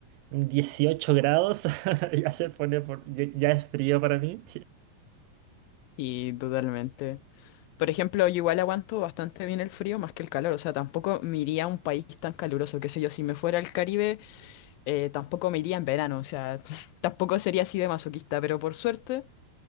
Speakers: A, on the right; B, on the left.
A: 18 grados, <laughs> ya se pone por, ya ya es frío para mí.
B: Sí, totalmente. Por ejemplo, yo igual aguanto bastante bien el frío más que el calor, o sea, tampoco me iría a un país tan caluroso, qué sé yo, si me fuera al Caribe, eh, tampoco me iría en verano, o sea, <laughs> tampoco sería así de masoquista, pero por suerte